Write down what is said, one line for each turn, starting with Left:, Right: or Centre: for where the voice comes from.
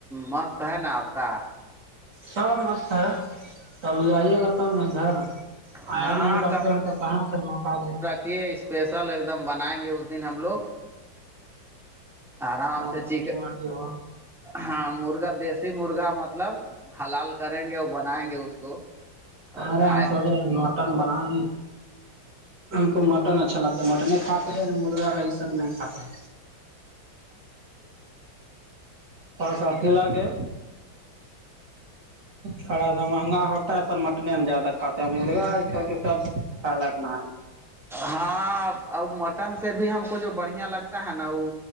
Centre: مست ہے نا آپ کا <unintelligible>
Right: سب مست ہے ابھی آئیے گا تب ن گھر
Centre: ہاں
Right: آیا نہیں کرتے ہیں تو کہاں سے موقع لے
Centre: کہ اسپیشل ایک دم بنائیں گے اس دن ہم لوگ آرام
Right: پارٹی
Centre: سے چییک
Right: وارٹی ہو
Centre: ہاں مرغا دیسی مرغا مطلب حلال کریں گے اور بنائیں گے اس کو اور
Right: ارے
Centre: کھایا
Right: ہم سوچ رہے ہیں مٹن بنانیے ہم کو مٹن اچھا لگتا ہے مٹن کھاتے ہیں مرغا یہ سب نہیں کھاتے ہیں کو سھی ل کےے تھوڑا سا مہنگا ہوتا ہے پر م اٹنے زیادہ کھاتے مرغا سب کھ ل اپنا ہے
Centre: ہاں ا مٹن سے بھی ہم کو جو بڑھیا لگتا ہے نا وہ